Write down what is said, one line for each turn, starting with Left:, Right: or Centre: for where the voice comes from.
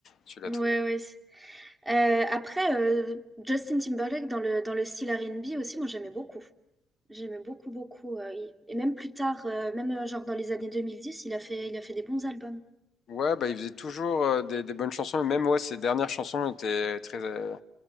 Left: Tu l'as
Centre: Ouais,
Left: trouvé.
Centre: ouais. Euh, après, euh, Justin Timberlake dans le, dans le style R&B aussi, moi j'aimais beaucoup. J'aimais beaucoup, beaucoup. euh, il- et même plus tard, euh, même euh, genre dans les années 2010, il a fait, il a fait des bons albums.
Left: Ouais, bah il faisait toujours euh, des, des bonnes chansons, et même ouais, ses dernières chansons étaient très, euh,